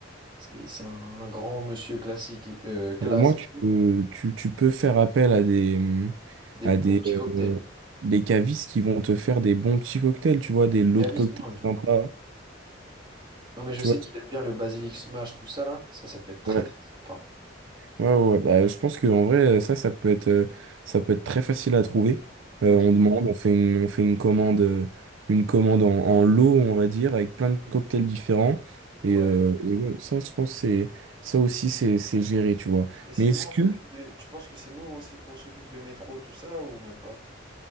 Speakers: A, on the right (about 25°); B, on the right (about 90°).
A: c'est, c'est un grand monsieur classique, et- euh, classe,
B: Au moins, tu
A: et tout.
B: peux, tu, tu peux faire appel à des, hum,
A: des
B: à
A: bons
B: des,
A: petits cocktails.
B: euh, des cavistes qui vont te faire des bons petits cocktails, tu vois, des lots
A: Cavis,
B: de cocktails
A: non, du coup.
B: sympas.
A: Non, mais je
B: Tu
A: sais
B: vois,
A: qu'il aime bien le basilic smash, tout ça, là. Ça, ça peut être très,
B: ouais,
A: très sympa.
B: ouais, ouais. ouais. Bah, je pense que en vrai, ça, ça peut être, euh, ça peut être très facile à trouver. Euh,
A: Ok.
B: on demande, on fait une, on fait une commande, euh, une commande en, en lot, on va dire, avec plein de cocktails différents. Et,
A: Ouais.
B: euh, et ouais, ça, je pense, que c'est, ça aussi, c'est, c'est géré, tu vois.
A: Et c'est
B: Mais
A: nous,
B: est-ce
A: on
B: que,
A: s'occupe de... Tu penses que c'est nous, on s'y- on s'occupe de métro, tout ça, ou même pas?